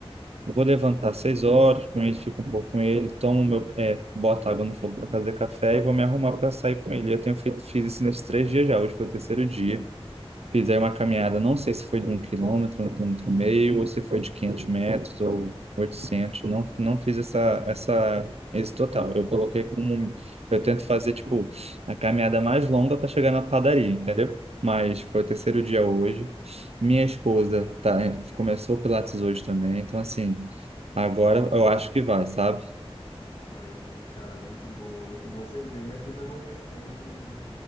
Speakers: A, on the right; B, on the left.
A: eu vou levantar às 6 horas com ele, fico um pouco com ele, tomo meu, é, boto água no fogo para fazer café e vou me arrumar para sair com ele. Eu tenho feito, fiz isso nesses três dias já. Hoje foi o terceiro dia fizer uma caminhada, não sei se foi de um quilômetro, um quilômetro e meio, ou se foi de 500 metros ou 800. não, não fiz essa, essa, esse total. Eu coloquei como, um, eu tento fazer, tipo, a caminhada mais longa para chegar na padaria, entendeu? Mas foi o terceiro
B: Sim.
A: dia hoje. Minha esposa tá, começou o Pilates hoje também, então assim, agora eu acho que vai, sabe?
B: Aí, cara, muito bom, muito bom. Você vê, né? Tudo é uma questão de,